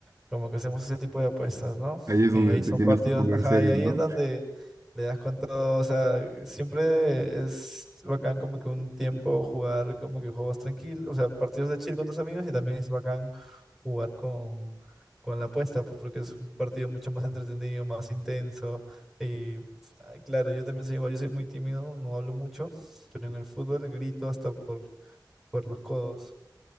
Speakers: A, in the centre; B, on the right (about 40°).
A: como que hacemos ese tipo de apuestas, ¿no?
B: Ahí es
A: Y
B: donde
A: ahí son
B: te tienes
A: partidos,
B: que poner
A: ajá,
B: serio,
A: y ahí
B: ¿no?
A: es donde le das con todo, o sea, siempre es bacán como que un tiempo jugar como que juegos tranquilos, o sea, partidos de chill con tus amigos y también es bacán jugar con, con la apuesta, pues porque es un partido mucho más entretenido, más intenso. Y ah, claro, yo también soy igual, yo soy muy tímido, no hablo mucho, pero en el fútbol grito hasta por, por los codos.